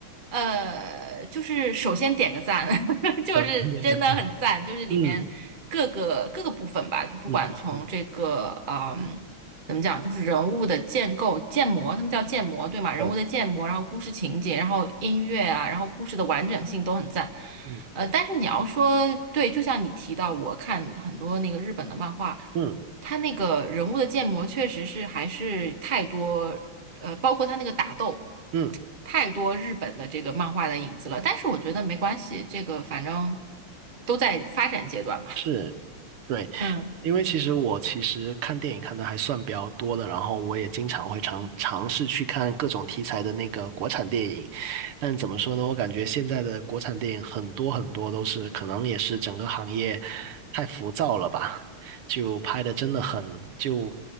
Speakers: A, on the right; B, on the right.
A: 呃，就是首先点个赞，<laughs> 就是真的很赞，
B: 都那个，
A: 就是里面各个各个部分吧，
B: 嗯
A: 就不管从这个嗯，
B: 嗯嗯，
A: 怎么讲，就是人物的建构、建模，他们叫建模，对吗？人物的建模，
B: 对，
A: 然后故事情节，然后音乐啊，然后故事的完整性都很赞。
B: 嗯
A: 呃，但是你要说对，就像你提到，我看很多那个日本的漫画，
B: 嗯
A: 它那个人物的建模确实是还是太多。呃，包括他那个打斗，
B: 嗯，
A: 太多日本的这个漫画的影子了。但是我觉得没关系，这个反正都在发展阶段嘛。
B: 是，对。
A: 嗯。
B: 因为其实我其实看电影看的还算比较多的，然后我也经常会尝尝试去看各种题材的那个国产电影，但怎么说呢，我感觉现在的国产电影很多很多都是可能也是整个行业太浮躁了吧，就拍的真的很就